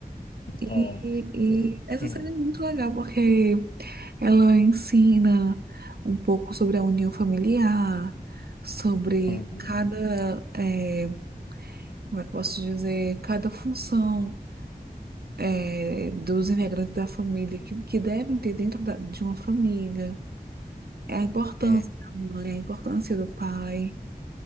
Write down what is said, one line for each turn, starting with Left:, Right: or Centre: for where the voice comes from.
Right: E,
Left: Ah.
Right: e-
Left: E-
Right: e essa
Left: Hum,
Right: série é muito legal porque ela ensina um pouco sobre a união familiar, sobre
Left: uhum,
Right: cada, eh, como é que eu posso dizer, cada função. é, dos integrantes da família que, que devem ter dentro da- de uma família. É a importância
Left: uhum,
Right: da mãe, a importância do pai